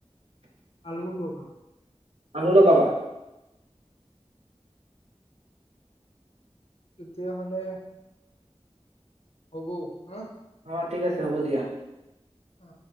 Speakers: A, on the left (about 60°); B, on the right (about 65°).
A: আলু লগাম।
B: আলু লগাবা?
A: তেতিয়াহ'লে হ'ব হা?
B: অ' ঠিক আছে, হ'ব দিয়া।
A: অ'।